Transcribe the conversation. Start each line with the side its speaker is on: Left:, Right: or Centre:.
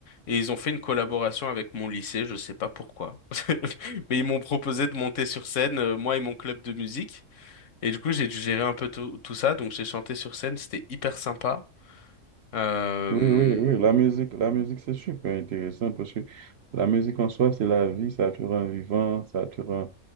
Left: Et ils ont fait une collaboration avec mon lycée, je sais pas pourquoi. <laughs> Mais ils m'ont proposé de monter sur scène, euh, moi et mon club de musique. Et du coup, j'ai dû gérer un peu tout, tout ça. Donc, j'ai chanté sur scène, c'était hyper sympa. Euh,
Right: Oui, oui, oui, la musique, la musique, c'est super intéressant parce que la musique en soi, c'est la vie, ça te rend vivant, ça te rend,